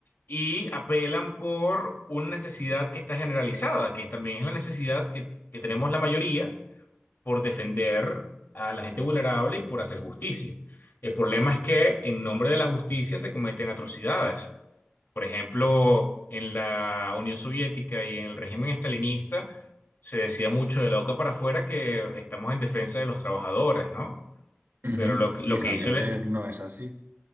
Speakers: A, on the left (about 55°); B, on the right (about 65°).
A: y apelan por una necesidad que está generalizada, que también es la necesidad que que tenemos la mayoría por defender a la gente vulnerable y por hacer justicia. El problema es que en nombre de la justicia se cometen atrocidades. Por ejemplo, en la Unión Soviética y en el régimen estalinista se decía mucho de la boca para afuera que estamos en defensa de los trabajadores, ¿no?
B: Ujú.
A: Pero lo, lo
B: Y realmente
A: que hizo el...
B: no es así.